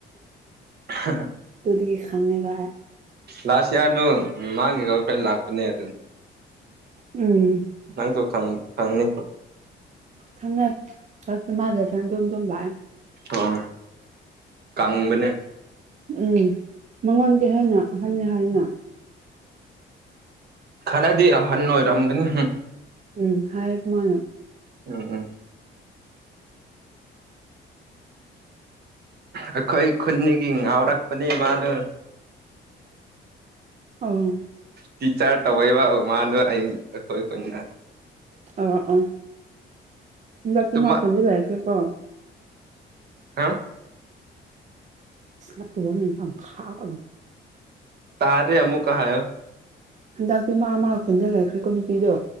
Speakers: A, on the right (about 55°); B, on the right (about 40°).
A: <unintelligible>
B: ꯗꯨꯗꯒꯤ ꯈꯪꯉꯦꯕ
A: ꯂꯥꯁ ꯏꯌꯥꯔꯗꯣ ꯃꯥꯒꯤ ꯒꯔꯜ ꯐ꯭ꯔꯦꯟ ꯂꯥꯛꯄꯅꯦ ꯑꯗꯨ
B: ꯎꯝ
A: ꯅꯪꯁꯨ ꯈꯪ ꯈꯪꯅꯤ
B: ꯈꯪꯉ ꯑꯁ ꯃꯥꯥ ꯒꯔꯜ ꯐ꯭ꯔꯦꯟꯗꯣ ꯗꯨꯝ ꯗꯨꯝ ꯂꯥꯛꯑꯦ
A: ꯎꯝ ꯀꯪꯕꯅꯦ
B: ꯎꯝ ꯃꯉꯣꯟ ꯀꯩ ꯍꯥꯏꯅ ꯑꯍꯟꯅꯤ ꯍꯥꯏꯅ
A: ꯈꯔꯗꯤ ꯑꯍꯟ ꯑꯣꯏꯔꯝꯒꯅꯤ
B: ꯎꯝ ꯍꯥꯏꯔꯛ ꯃꯥꯅ
A: ꯎꯝ ꯎꯝ ꯑꯩꯈꯣꯏ ꯈꯨꯟꯗꯒꯤ ꯉꯥꯎꯔꯛꯄꯅꯦ ꯃꯥꯗꯣ
B: ꯑꯥ
A: ꯇꯤꯆꯔ ꯇꯧꯕꯩꯕ ꯃꯥꯗꯣ ꯑꯩ ꯑꯩꯈꯣꯏ ꯈꯨꯟꯗ
B: ꯑꯣ ꯑꯣ ꯍꯟꯗꯛꯇꯤ
A: ꯑꯗꯨꯃꯛ
B: ꯃꯥ ꯈꯨꯟꯗ ꯂꯩꯈ꯭ꯔꯦꯀꯣ
A: ꯍꯥ
B: ꯑꯇꯨꯕ ꯑꯃ ꯂꯩ ꯌꯥꯝ ꯈꯥꯕ ꯑꯃ
A: ꯇꯥꯗꯦ ꯑꯃꯨꯛꯀꯥ ꯍꯥꯏꯌꯣ
B: ꯍꯟꯗꯛꯇꯤ ꯃꯥ ꯃꯥ ꯈꯨꯟꯗ ꯂꯩꯔꯈ꯭ꯔꯦꯀꯣ ꯅꯨꯄꯤꯗꯣ